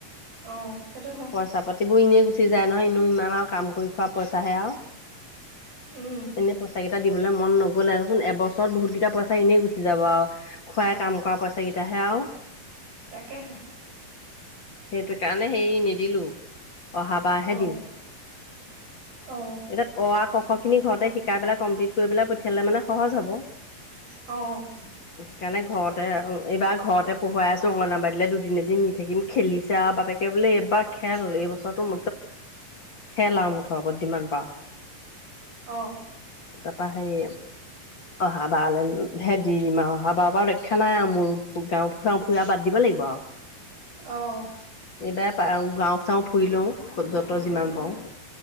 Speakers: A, on the right (about 80°); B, on the left (about 45°).
A: অ', সেইটো হয়।
B: পইচা পাতিবোৰ এনেই গুচি যায় নহয়, ইনে ইমান আৰু কাম কৰি খোৱা পইচাহে আৰু।
A: উম,
B: এনে পইচা কেইটা দিবলে মন নগ গ'লেচোন, এবছৰত বহুতকেইটা পইচা এনেই গুচি যাব আৰু। খুলৰাই কাম কৰা পইচা কেইটাহে আৰু?
A: তাকেহে।
B: সেইটো কাৰণে হেৰি নিদিলো, অহা বাৰহে
A: অ'
B: দিম।
A: অ'।
B: এতিয়া অ, আ, ক, খ খিনি ঘৰতে শিকাই পেলাই কমপ্লিট কৰি পেলাই পঠিয়ালে মানে সহজ হব।
A: অ'।
B: <unintelligible> সেইকাৰণে ঘৰতে এইবাৰ ঘৰতে পঢ়োৱাই আছোঁ, অংগনবাড়ীলে দুদিনে এদিন নি থাকিম খেলিছে আৰু বাপেক কে বোলে এইবাৰ খেল এইবছৰটো খেলা আৰু মুঠৰ ওপৰত যিমান পাৰ।
A: অ'।
B: তাৰপৰা সেই অহা বাৰ হে দি দিম আৰু, অহা বাৰ পৰা ৰক্ষা নাই আৰু মোৰ গাঁও ফুৰাওঁ ফুৰি বাদ দিব লাগিব আৰু। উম <unintelligible>
A: অ'।
B: এইবাৰ গাঁও চাওঁ ফুৰি লওঁ যত যিমান পাৰোঁ।